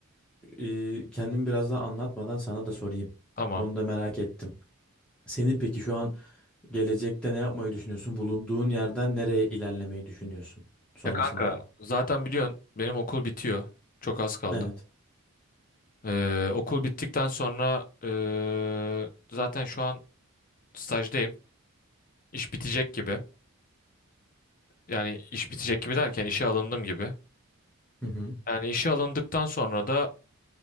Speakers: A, in the centre; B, on the left.
A: eee kendimi biraz daha anlatmadan sana da sorayım.
B: Tamam.
A: Onu da merak ettim. Senin peki şu an gelecekte ne yapmayı düşünüyorsun? Bulunduğun yerden nereye ilerlemeyi düşünüyorsun sonrasında
B: Ya kanka,
A: da?
B: zaten biliyorsun benim okul bitiyor. Çok az kaldı.
A: Evet.
B: Ee, okul bittikten sonra ee, zaten şu an stajdayım. İş bitecek gibi. Yani iş bitecek gibi derken işe alındım gibi.
A: Hı hı.
B: Yani işe alındıktan sonra da